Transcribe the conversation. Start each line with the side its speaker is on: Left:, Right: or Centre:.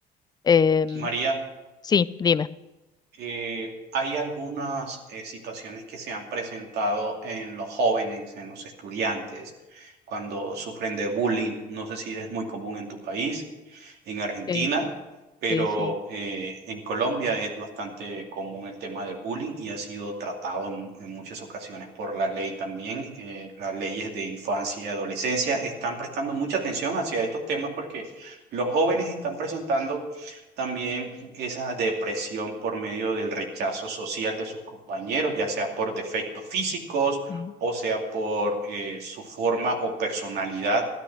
Left: Em,
Right: María,
Left: sí, dime.
Right: Eh, hay algunas eh, situaciones que se han presentado en los jóvenes, en los estudiantes, cuando sufren de bullying. No sé si es muy común en tu país, en Argentina,
Left: Sí,
Right: pero
Left: sí, sí.
Right: eh, en Colombia es bastante común el tema del bullying y ha sido tratado en, en muchas ocasiones por la ley también. Eh, las leyes de infancia y adolescencia están prestando mucha atención hacia estos temas porque los jóvenes están presentando también esa depresión por medio del rechazo social de sus compañeros, ya sea por defectos físicos
Left: sí.
Right: o sea por eh, su forma o personalidad